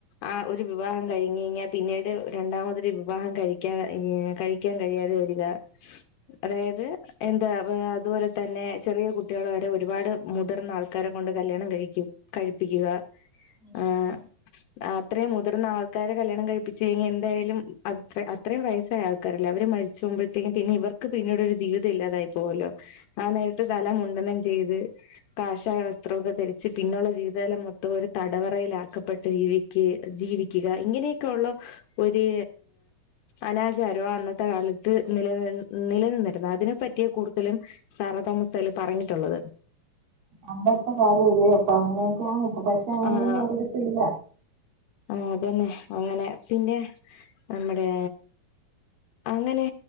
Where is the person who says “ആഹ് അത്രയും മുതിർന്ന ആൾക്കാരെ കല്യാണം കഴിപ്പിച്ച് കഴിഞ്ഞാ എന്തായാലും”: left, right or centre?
Left